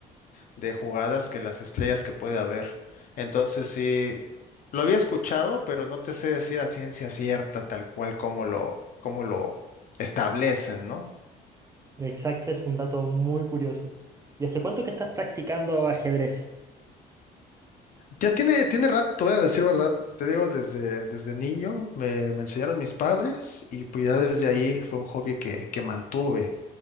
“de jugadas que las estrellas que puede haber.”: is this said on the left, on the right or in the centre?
Left